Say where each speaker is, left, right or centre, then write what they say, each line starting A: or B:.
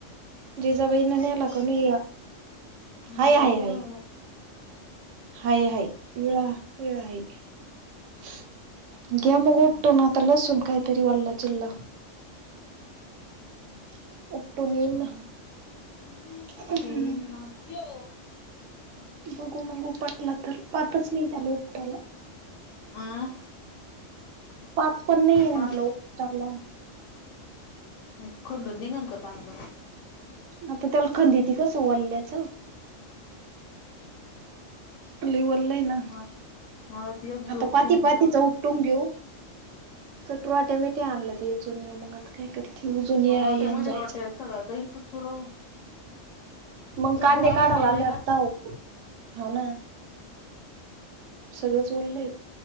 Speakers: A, on the right; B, on the left.
A: जिजाबाईन
B: <unintelligible> बरं
A: नेला का नाही
B: केल
A: विळा हाय
B: बघ
A: हाय
B: जरा
A: हाय हाय, हाय विळा, वीळा हाय की घ्या
B: अं
A: मग उपटून आता, लसून काहीतरी वल्ला चिल्ला <unintelligible>
B: <unintelligible>
A: ना हम्म
B: ये ना, यो
A: बघू मगू पटला तर, पातच नाही झालं उकटाला.
B: अ
A: पात पण नाहीय म्हंटलं
B: पाच
A: उपटायला.
B: हम खंदून निघल का चांगलं
A: आता त्याला खंद त कसं वल्ल्याचं लय वल आहे ना.
B: हा मला ती एक
A: आता
B: झोप
A: पाती
B: घेऊन
A: पातीचा
B: घ्या वाटवली
A: उपटून घेऊ चटुट्या म ते आणलं ते येचून नेऊ मग आता काय करते उजून या
B: रोट्यामध्ये
A: येन जायच
B: रोट्यात सगळा जाईन तो चुरावून
A: मग
B: सगळं
A: कांदे
B: वापा
A: काढायला
B: वल्लाय
A: आल्यावर
B: का
A: लाव हो ना. सगळंच ओललय